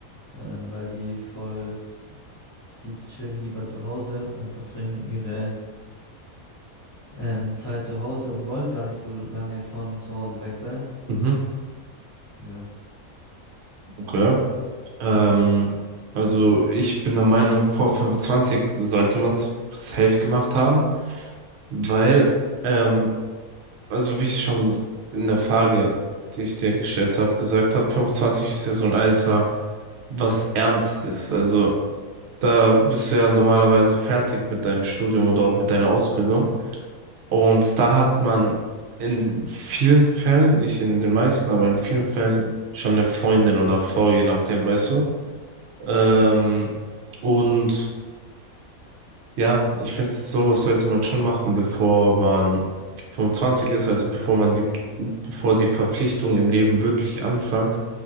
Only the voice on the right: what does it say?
mhm,
okay. Ähm, also ich bin der Meinung, vor 25 sollte man es safe gemacht haben, weil, ähm, also wie ich schon in der Frage, die ich dir gestellt habe, gesagt habe, 25 ist ja so ein Alter, was ernst ist. Also da bist du ja normalerweise fertig mit deinem Studium oder auch mit deiner Ausbildung. Und da hat man in vielen Fällen, nicht in den meisten, aber in vielen Fällen schon eine Freundin oder Frau, je nachdem, weißt du. Ähm, und ja, ich finde, sowas sollte man schon machen, bevor man 25 ist, also bevor man die, bevor die Verpflichtungen im Leben wirklich anfangen,